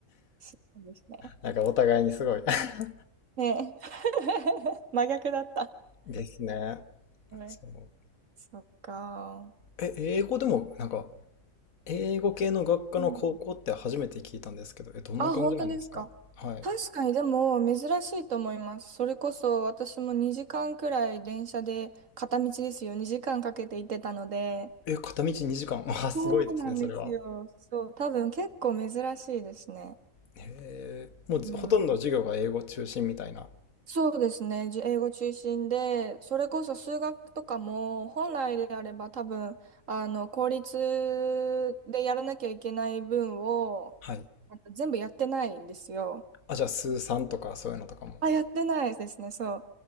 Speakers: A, on the right; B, on the left.
A: そうですね。
B: なんかお互いにすごい <laughs>
A: ねえ。<laughs> 真逆だった。
B: ですね。
A: ごめん
B: そう。
A: そっか。
B: え、英語でも、なんか、英語系の学科の高校って初めて聞いたんですけど、
A: うん
B: え、どんな感じなんですかはい。
A: あ、本当ですか。確かに、でも、珍しいと思います。それこそ、私も2時間くらい電車で、片道ですよ、2時間かけて行ってたので。
B: え、片道2時間。<laughs> あ、すごいですね、
A: そうなんですよ。
B: それは。
A: そう、多分結構珍しいですね。
B: へえ、もうほとんど授業が英語中心みたいな。
A: うん。そうですね。じ英語中心で、それこそ数学とかも、本来であれば多分、あの、公立でやらなきゃいけない分を、
B: はい。
A: あの全部やってないんですよ。
B: あ、じゃあ、数三とかそういうのとかも。
A: あ、やってないですね、そ